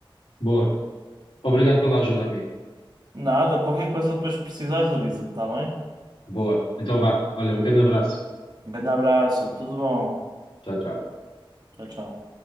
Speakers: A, on the left; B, on the right.
A: boa. Obrigado pela ajuda, amigo.
B: Nada, qualquer coisa depois que precisares, avisa-me, está bem?
A: Boa. Então vá. Olha, um grande abraço.
B: Um grande abraço, tudo bom.
A: Tchau, tchau.
B: Tchau, tchau.